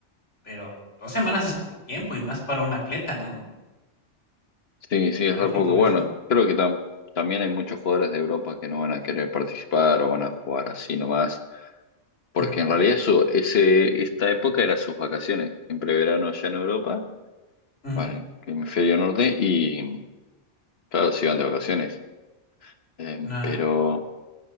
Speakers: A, on the left; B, on the left.
A: pero 2 semanas es poco tiempo y más para un atleta, ¿no?
B: Sí,
A: Recuperarse
B: sí, es re poco.
A: y todo
B: Bueno,
A: eso.
B: creo que tam- también hay muchos jugadores de Europa que no van a querer participar o van a jugar así nomás. Porque
A: Ujú,
B: en realidad eso, ese, esta época era sus vacaciones, siempre verano allá en Europa,
A: ujú.
B: bueno, en el hemisferio norte, y claro, se iban de vacaciones. Eh,
A: Ah,
B: pero
A: ya.